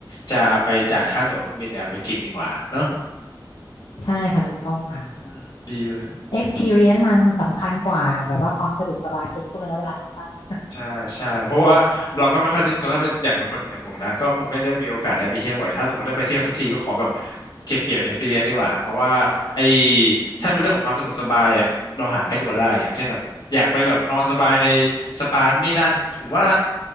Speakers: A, on the left; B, on the left.
A: จะไปจ่ายค่าตั๋วเครื่องบินเนี่ยไปกินดีกว่าเนอะ
B: ใช่ค่ะ ถูกต้องค่ะ
A: อืมดีเลย
B: experience มันสำคัญกว่าแบบว่าความสะดวกสบายเพียงช่วงระยะเวลาสั้นๆ
A: ใช่ใช่เพราะว่าเราก็ไม่ค่อยได้ถ้าเป็นอย่างเป็นคนอย่างผมนะก็คงไม่ได้มีโอกาสได้ไปเที่ยวบ่อยถ้าสมมติได้ไปเที่ยวสักทีก็ขอแบบเก็บเกี่ยว experience ดีกว่าเพราะว่าไอ้ถ้าเป็นเรื่องของความสะดวกสบายอ่ะเราหาใกล้ตัวได้อย่างเช่นแบบอยากไปแบบนอนสบายในสปานู่นนี่นั่นผมว่า